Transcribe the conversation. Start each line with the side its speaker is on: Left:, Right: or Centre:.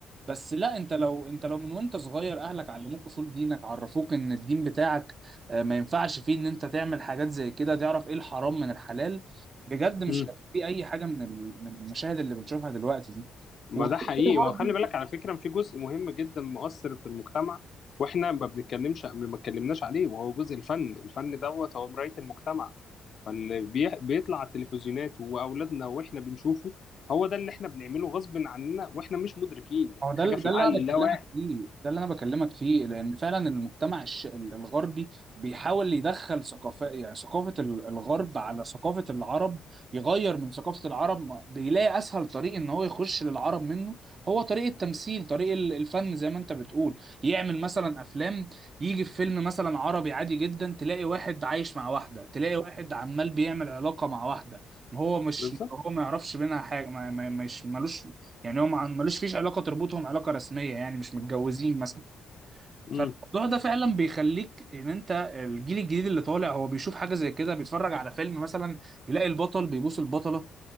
Right: بس لا انت لو انت لو من وانت صغير اهلك علموك اصول دينك عرفوك ان الدين بتاعك آه، ما ينفعش فيه ان انت تعمل حاجات زي كده تعرف ايه الحرام من الحلال بجد مش
Left: امم
Right: هيبقى في اي حاجه من ال- من المشاهد اللي بنشوفها دلوقتي دي
Left: ما
Right: وغير
Left: ده حقيقي
Right: كده برضه
Left: وخلي بالك على فكرة في جزء مهم جدا مؤثر في المجتمع واحنا ما بنتكلمش ما اتكلمناش عليه وهو جزء الفن الفن دوت هو مراية المجتمع فاللي بي... بيطلع على التلفزيونات واولادنا واحنا بنشوفه هو ده اللي احنا بنعمله غصب عننا واحنا مش مدركين يعني
Right: هو ده
Left: حاجة
Right: ده
Left: في العقل
Right: اللي انا بكلمك
Left: اللاواعي
Right: فيه ده اللي انا بكلمك فيه لان فعلا المجتمع الش- الغربي بيحاول يدخل ثقافه يعني ثقافه ال- الغرب على ثقافه العرب يغير من ثقافه العرب ما- بيلاقي اسهل طريق ان هو يخش للعرب منه هو طريق التمثيل طريق ال- الفن زي ما انت بتقول يعمل مثلا افلام يجي في فيلم مثلا عربي عادي جدا تلاقي واحد عايش مع واحده تلاقي واحد عمال بيعمل علاقه مع واحده هو مش
Left: بالظبط
Right: هو ما يعرفش بينها حاجه ما ما- مش ملوش يعني هو ما- ملوش فيش علاقه تربطهم علاقه رسميه يعني مش متجوزين مثلا
Left: امم
Right: فالموضوع ده فعلا بيخليك ان انت الجيل الجديد اللي طالع هو بيشوف حاجه زي كده بيتفرج على فيلم مثلا يلاقي البطل بيبوس البطله